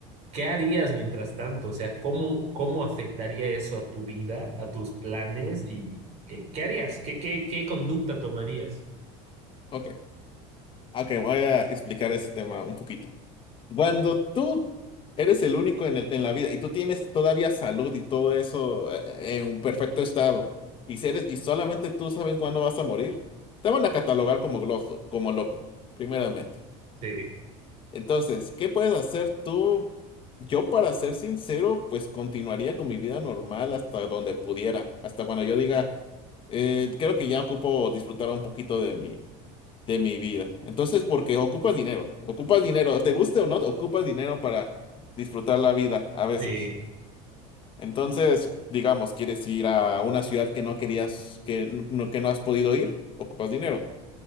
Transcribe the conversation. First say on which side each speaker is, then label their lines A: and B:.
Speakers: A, on the right; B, on the left.
A: ¿qué harías mientras tanto? O sea, ¿cómo, cómo afectaría eso a tu vida, a tus planes y qué, qué harías? ¿Qué, qué, qué conducta tomarías?
B: Ok, ok, voy a explicar ese tema un poquito. Cuando tú eres el único en el- en la vida y tú tienes todavía salud y todo eso eh, en un perfecto estado y, si eres- y solamente tú sabes cuándo vas a morir, te van a catalogar como gloso, como loco, primeramente.
A: Sí.
B: Entonces, ¿qué puedes hacer tú? Yo, para ser sincero, pues continuaría con mi vida normal hasta donde pudiera, hasta cuando yo diga, "Eh, creo que ya ocupo disfrutar un poquito de mi, de mi vida. Entonces, porque ocupas dinero, ocupas dinero, te guste o no, ocupas dinero para disfrutar la vida a veces.
A: sí.
B: Entonces, digamos, quieres ir a una ciudad que no querías, que, no- que no has podido ir, ocupas dinero.